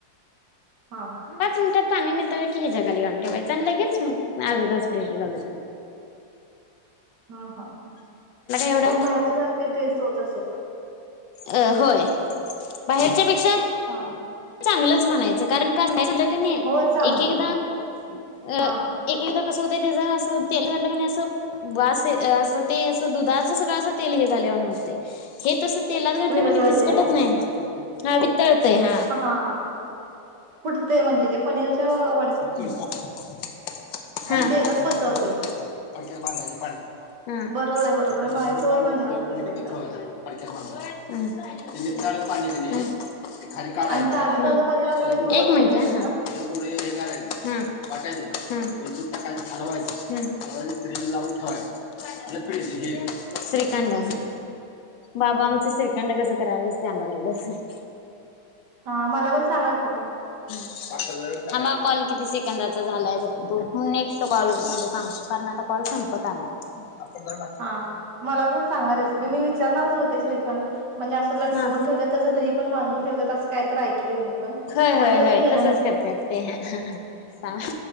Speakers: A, on the right; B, on the left.
A: हा का
B: पाच मिनटात तरणी नाही. हिच्यागाली घऊन ठेवायचं आणि लगेच मग अर्ध तास फ्रिज लावले.
A: हा हा
B: एवढा
A: ते मग याच्यासारखे ड्रेस होत असेल
B: अ होय बाहेरच्या पेक्षा-
A: हा.
B: चांगलच म्हणायच कारण का? क
A: होय चांगलं
B: एक एकदा अ
A: हा
B: एक एकदा कस होतय ते अस तेल घातल्या वाणी अस वास ये ते अस दुधाच तेल हे झाल्या वाणी वाटतय हे तस ते तेलात घटलं
A: विरगळते
B: क नाही फिसकटत
A: हाय ना
B: नाही. हा वी तळतयं हा-
A: हा कुठ ते म्हणजे ते पनीरच्या
B: हम्
A: व आणि तेलात पसरते
B: हम्
A: बरोबर आहे बरोबर आहे माझ्यासोबत पण
B: हम्
A: झालत तस एकदा
B: पाणी त नाही- ह
A: आणि ताजं ताजं पनीर असलं की होत
B: एक
A: नाही
B: मिनट ह.
A: ग तसं
B: वाटाय दु का हलवायचेलवाय फज लावून ठेवायचे लपडीच हे श्रीखंड बाबा आमचे श्रीकंड कस काय बसते अंगाला उगाच नाही-
A: हा मला पण सांगाल कि म-
B: असं जर, हा मग कॉल किती सेकंदाचा झालाय बघतो. नेक्स्ट कॉल म्हणजे सांगतो कारण आता कॉल संपत आलाय.
A: हा
B: <unintelligible>
A: मला पण सांग रेसिपी मी विचारणारच होते म्हणजे असं लटकवून
B: हा
A: ठेवतात तसं दही पण बांधून ठेवताय असं काय तर ऐकलय मी. पण
B: होय
A: पण
B: होय
A: कधी
B: होय
A: केलं
B: तसच
A: नाही
B: करते
A: ट्राय.
B: ते हा,